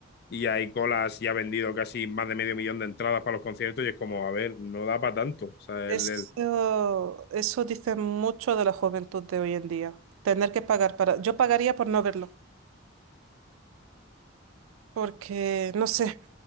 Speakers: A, on the left; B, on the right.
A: y hay colas y ha vendido casi más de medio millón de entradas para los conciertos, y es como, a ver, no da para tanto. O sea,
B: Eso,
A: el, el-
B: eso dice mucho de la juventud de hoy en día. Tener que pagar para... Yo pagaría por no verlo, porque no sé.